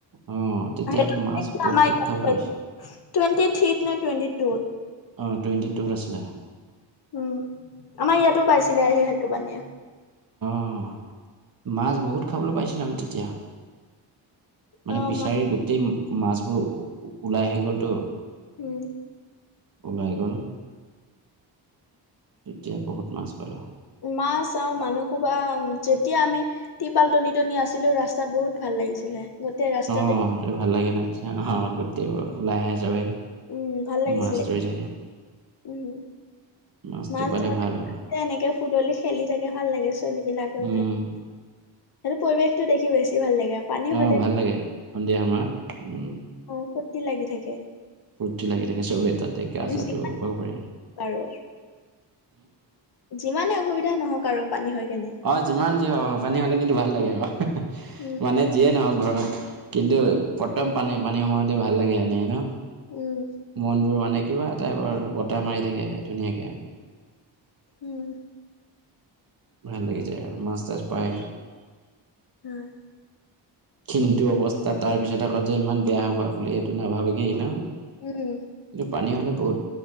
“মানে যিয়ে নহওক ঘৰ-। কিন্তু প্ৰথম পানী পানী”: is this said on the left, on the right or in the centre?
Right